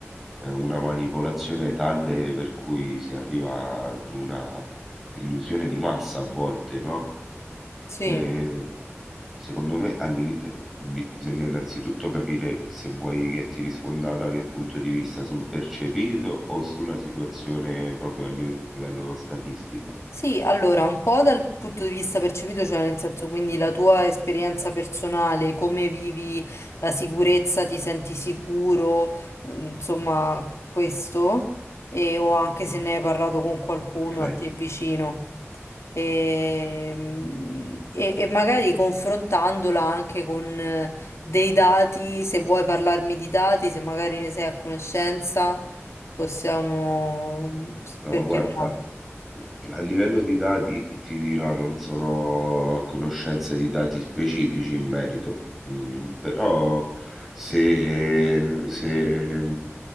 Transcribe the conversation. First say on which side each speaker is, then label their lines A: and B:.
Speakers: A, in the centre; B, on the left.
A: eh, una manipolazione tale per cui si arriva ad una illusione di massa a volte, no?
B: Sì,
A: Ehm, secondo me all'ini- eh, bisogna innanzitutto capire se vuoi che ti risponda da che punto di vista, sul percepito o sulla situazione proprio a livello statistico.
B: Sì, allora, un po' dal punto di vista percepito, cioè nel senso, quindi la tua esperienza personale, come vivi la sicurezza, ti senti sicuro, Mm, insomma, questo, e, o anche se ne hai parlato con qualcuno
A: Ok.
B: a te vicino. E, mm, e- e magari confrontandola anche con eh, dei dati, se vuoi parlarmi di dati, se magari ne sei a conoscenza, possiamo,
A: No,
B: perché
A: guarda,
B: no?
A: a livello di dati ti dirò, non sono a conoscenza di dati specifici in merito, Mm, però se, se